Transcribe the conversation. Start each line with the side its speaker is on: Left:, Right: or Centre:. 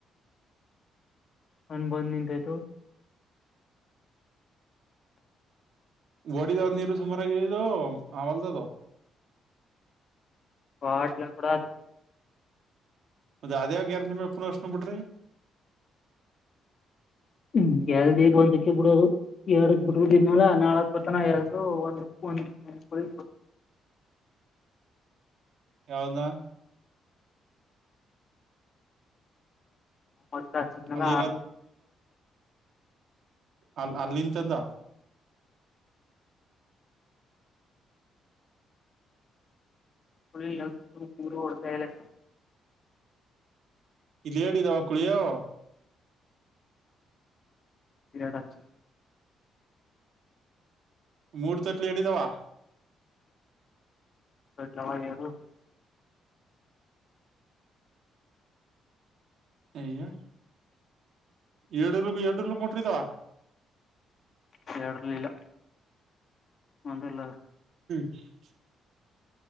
Left: ಅನ್ ಬಂದ್ ನಿಂತಾಯತು
Right: ಬೋಡಿಿದ ನೀರು ಸುಮಾರದು ಆಮಲ್ದದು
Left: ಹಾಟ್ ಕಡ
Right: ಮದ್ ಅದೇಾವ ಗ್ಯಾರಂಟಿ ಮೇಲೆ ಪುನವರ್ಷನ ಬಿಡ್ರಿ
Left: ಹ್ಮ್ ಎಲ್ದಗ ಒಂದಕ್ಕೆ ಬಿಡೋದು ಎರಡ ಬಿಡ್ಬನಲ ನಾಳಕ್ ಪತನ ಎಲ್್ದು ಒಂದ ಳ
Right: ಯಾವ್ದದ
Left: ಮ ಚಲ್ಲ
Right: ಅಲ್ಲಿ ಅ ಅಲ್ಲಿಂತಂದ
Left: ಳ ಎ ಪೂರ್ವಡ್ತಾಯಲೆ
Right: ಇಲ್ಲಿ ಹೇಳಿದಾವ ಕುಳಿಯೋ
Left: ರಾಟ
Right: ಮೂಡ್ ತಟ್ಲು ಎಡಿದಾವ
Left: ಜವ ನೀ <inaudible>
Right: <inaudible> ಏಡಲ್ಗ ಎಡ ಮುಟ್ರಿದವ
Left: ಸರ್ಲಿಲ್ಲ ಒಂದುಲ
Right: <inaudible>